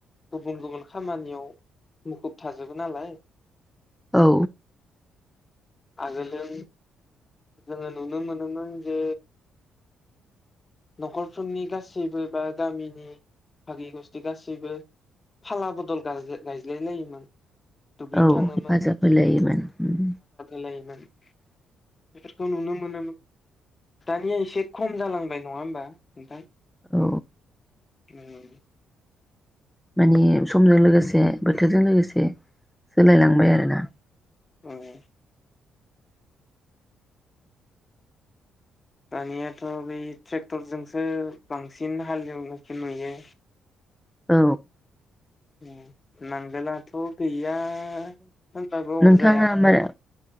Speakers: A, on the left; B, in the centre.
A: गुबुन गुबुन खामानियाव मुखुब थाजोबो नालाय।
B: औ।
A: आगोलजों जोङो नुनो मोनोमोन जे न'खरफोरनि गासैबो बा गामिनि भागि गस्थि गासैबो फाला बदल गायज्लाय गायज्लाय लायोमोन। दुब्लियाव
B: औ
A: थाङोमोन
B: हेफाजाब होलायोमोन उम।
A: लायोमोन बेफोरखौ नुनो मोनोमोन दानिया एसे खम जालांबाय नङा होमबा नोंथां?
B: औ।
A: उम
B: माने समजों लोगोसे बोथोरजों लोगोसे सोलायलांबाय आरोना।
A: ओ ओ। दानियाथ' बै ट्रेक्टरजोंसो बांसिन हालेवनायखो नुयो।
B: औ।
A: उम नांगोलाथ' गैया। होनबाबो
B: नोंथाङा
A: अरजाया।
B: मारै